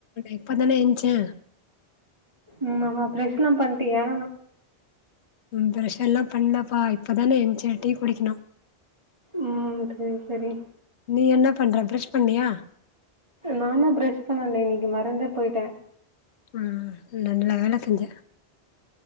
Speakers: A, on the left (about 80°); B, on the right (about 25°).
A: இப்பதான எந்ச்சே
B: ம் ஆமா ப்ரெஷ்லா பண்ட்டியா
A: ம் ப்ரஷல்லா பண்லப்பா இப்பதான என்ச்சே டீ குடிக்கணு
B: ம் சரி சரி
A: நீ என்ன பண்ற ப்ரெஷ் பண்ணியா
B: நானு ப்ரஷ் பண்ணல இன்னக்கி மறந்தே போய்ட்டே
A: ம் நல்ல வேல செஞ்ச